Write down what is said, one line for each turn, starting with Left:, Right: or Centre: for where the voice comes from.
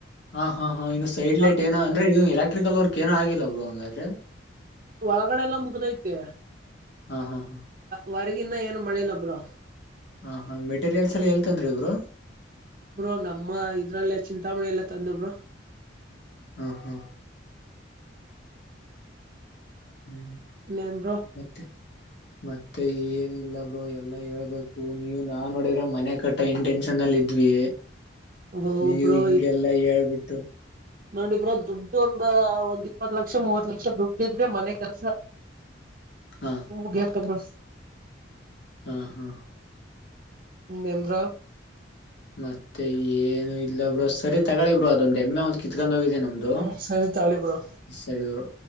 Left: ಹಾ ಹಾ ಹಾ ಇನ್ನು ಸೈಡ್ ಲೈಟ್
Right: ಅವ್-
Left: ಏನ ಅಂದ್ರೆ ಇದು ಎಲೆಕ್ಟ್ರಿಕಲ್ ವರ್ಕ್ ಏನ ಆಗಿಲ್ಲ ಬ್ರರು ಹಂಗಾದ್ರೆ
Right: ಒಳಗಡೆ ಎಲ್ಲಾ ಮುಗ್ದೈತೆ
Left: ಹಾ ಹಾ ಹಾ
Right: ಹೊರಗಿನ ಏನ್ ಮಳೆ ಲಬ್ರ
Left: ಹಾ ಹಾ ಮೆಟೀರಿಯಲ್ಸ್ ಎಲ್ಲ ಎಲ್ ತಂದ್ರಿ ಬ್ರೋ
Right: ಅ್ರ ನಮ್ಮ ಇದ್ರಲ್ಲೇ ಚಿ ತಾಮಣಿ ಎಲ್ಲ ತಂದಬ್ರ
Left: ಹಾ ಹಾ ಹ್ಮ್
Right: ಇನ್ನೇನ್ ಬ್ರೋ
Left: ಮತ್ತೆ ಮತ್ತೆ ಏನಿಲ್ಲ ಬರು ಎಲ್ಲಾ ಹೇಳ್ಬೇಕು ನೀವು ನಾ ನೋಡಿದ್ರೆ ಮನೆ ಕಟ್ಟ ಇಂಟೆನ್ನ್ ಚನ್ನಲ್ಲ ಇದ್ವಿ
Right: ಓ
Left: ನೀವು
Right: ಬ್ರೋ
Left: ಹಿಗೆಲ್ಲಾ ಹೇಳ್ಬಿಟ್ಟು
Right: ನೋಡಿಬ್ರೋ ದುಡ್ಡು ಒಂದ ಒಂದ್ ಇಪ್ಪತ್ ಲಕ್ಷ ಮೂವತ್ ಲಕ್ಷ ದುಡ್ಡು ಇದ್ರೆ ಮನೆ ಕೆಲ್ಸ
Left: ಹಾ
Right: ಹ ಗ ಕಬ್ರ
Left: ಹ ಹಾ
Right: ನಂಬ್ರ
Left: ಮತ್ತೆ ಏನು ಇಲ್ಲಬ್ರ ಸರಿ ತಗಳಿಬ್ರರು ಅದೊಂದ ಎಮ್ಮೆ ಒಂದ್ ಕಿತ್ಕೊಂಡ್ ಹೋಗಿದ್ದೇನೆ ನಮ್ದು
Right: ಹ್ಮ್ ಸರಿ ತಾಳಿ ಬ್ರೋ
Left: ಸರಿರು